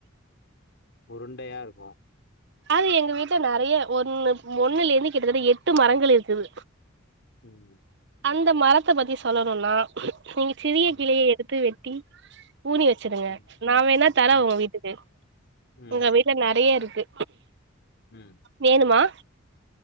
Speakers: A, on the left (about 60°); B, on the right (about 55°).
A: உருண்டையாருக்கு
B: அது எங்க வீட்ல நறைய ஒன்னு ஒன்னுலேருந்து கிட்டத்தட்ட எட்டு மரங்கள் இருக்குது
A: ம்
B: அந்த மரத்த பத்தி சொல்லணுன்னா நீங்க சிறிய
A: ம்
B: கிளைய எடுத்து வெட்டி ஊனி வச்சிருங்க
A: ம்
B: நா வேணா தர
A: ம்
B: உங்க வீட்டுக்கு
A: ம்
B: எங்க வீட் ல்ல நறையருக்கு
A: ம்
B: வேணுமா